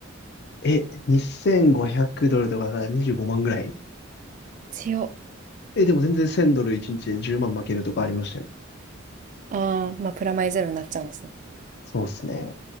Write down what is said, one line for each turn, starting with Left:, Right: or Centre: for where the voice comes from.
Left: <laughs> え、2500ドルとかだから25万ぐらい
Right: 強。
Left: え、でも全然1000ドル1日で10万負けるとかありましたよ。
Right: ああ、まあ、プラマイゼロになっちゃうんですね。
Left: そうですね。